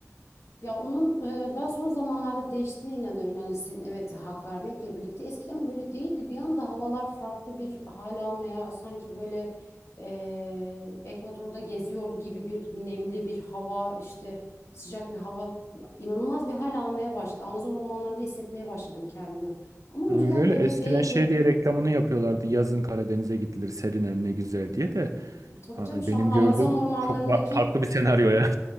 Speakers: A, on the left (about 60°); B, on the right (about 85°).
A: Ya onun e, ben son zamanlarda değiştiğine inanıyorum. Yani senin evet hak vermekle birlikte eskiden böyle değildi. Bir anda havalar farklı bir hal almaya sanki böyle e, Ekvator'da geziyor gibi bir nemli bir hava işte sıcak bir hava inanılmaz bir hal almaya başladı. Amazon ormanlarında hissetmeye başladım kendimi. Ama
B: Öyle
A: önceden
B: öyle.
A: böyle
B: Eskiden
A: değildi.
B: şey diye reklamını yapıyorlardı. Yazın Karadeniz'e gidilir, serin hem ne güzel diye de.
A: Tabii
B: Yani
A: tabii şu
B: benim
A: an Amazon
B: gördüğüm
A: ormanlarındaki
B: çok ba- farklı bir senaryo ya.